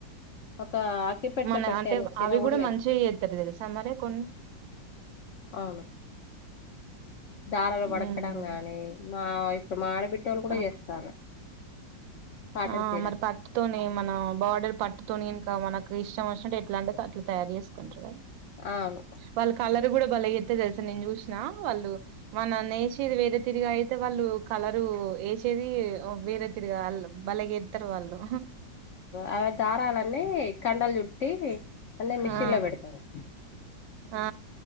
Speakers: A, on the left; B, on the right.
A: ఒక అగ్గిపెట్లో
B: మన
A: పెట్టేంత
B: అంటే
A: చీర
B: అవి కూడా
A: నేస్తా
B: మంచిగా చేస్తారు తెలుసా మరి కొన్ని
A: అవును దారలు వడకడం
B: ఉమ్
A: గానీ మా ఇప్పుడు మాఆడబిడ్డ వాళ్ళు కూడా
B: ఆ
A: చేస్తారు కాటన్
B: ఆ
A: చీరలు
B: మరి పట్టుతోనే మన బోర్డర్ పట్టుతోనే ఇంకా మనకు ఇష్టం వచ్చినట్టు ఎట్లా అంటే అట్లా తయారు చేసుకుంటారు
A: అవును
B: వాళ్ళు కలర్ కూడా బలే ఎతుది తెలుసా నేను చూసిన వాళ్ళు మన నేసేది వేరే తిరిగా అయితే వాళ్ళు కలరు వేసేది వేరే తిరిగా వాళ్ళు బలే గేత్తరు వాళ్ళు
A: అవి దారాలన్నీ కండలు చుట్టి అన్ని మిషన్
B: ఆ
A: ల పెడతారు
B: ఆ